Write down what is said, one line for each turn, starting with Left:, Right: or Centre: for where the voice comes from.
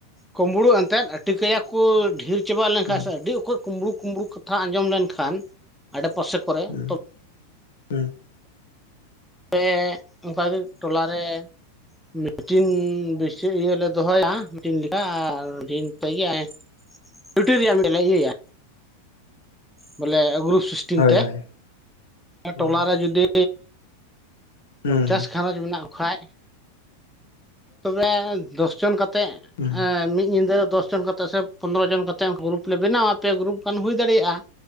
Centre: ᱠᱩᱢᱵᱲᱩ ᱮᱱᱛᱮᱫ ᱴᱤᱠᱟᱹᱭᱟ ᱠᱚ ᱰᱷᱤ ᱪᱮᱵᱟ ᱮᱱᱟᱹᱠᱷᱟᱡ
Left: ᱦᱩᱸ
Centre: ᱥᱮ ᱟᱹᱰᱤ ᱚᱠᱚᱡ ᱠᱩᱸᱵᱽᱲᱩ ᱠᱩᱸᱢᱲᱩ ᱠᱟᱛᱷᱟ ᱟᱸᱡᱚᱢ ᱞᱮᱱᱠᱷᱟᱱ ᱟᱰᱮᱯᱟᱥᱮ ᱠᱚᱨᱮ᱾
Left: ᱦᱩᱸ
Centre: ᱛᱚ
Left: ᱦᱩᱸ᱾
Centre: ᱯᱮ ᱚᱱᱠᱟᱜᱮ ᱴᱚᱞᱟ ᱨᱮ᱾ ᱢᱤᱴᱤᱱ ᱵᱮᱥᱤ ᱤᱭᱟᱹᱞᱮ ᱫᱚᱦᱚᱭ <unintelligible> ᱴᱩᱴᱩ ᱨᱮᱭᱟᱜ <unintelligible> ᱞᱮ ᱤᱭᱟᱹᱭᱟ᱾ ᱵᱚᱞᱮ ᱜᱨᱩᱯ ᱥᱤᱥᱴᱤᱝ
Left: ᱦᱳᱭ
Centre: ᱛᱮ
Left: ᱦᱳᱭ ᱦᱩᱸ
Centre: ᱴᱚᱞᱟ ᱨᱮ ᱡᱩᱫᱤ
Left: ᱦᱩᱸ
Centre: ᱯᱚᱧᱪᱟᱥ ᱜᱷᱟᱨᱚᱸᱡᱽ ᱢᱮᱱᱟᱜ ᱠᱚ ᱠᱷᱟᱡ ᱛᱚᱵᱮ ᱫᱚᱥ ᱡᱚᱱ ᱠᱟᱛᱮᱫ᱾
Left: ᱦᱩᱸ
Centre: ᱢᱤᱫ ᱧᱤᱫᱟᱹ ᱫᱚᱥ ᱡᱚᱱ ᱠᱟᱛᱮᱫ ᱥᱮ ᱯᱚᱱᱨᱚ ᱡᱚᱱ ᱠᱟᱛᱮ ᱜᱨᱩᱯ ᱞᱮ ᱵᱮᱱᱟᱣᱟ᱾ ᱯᱮ ᱜᱨᱩᱯ ᱜᱟᱱ ᱦᱩᱭ ᱫᱟᱲᱮᱭᱟᱜᱼᱟ᱾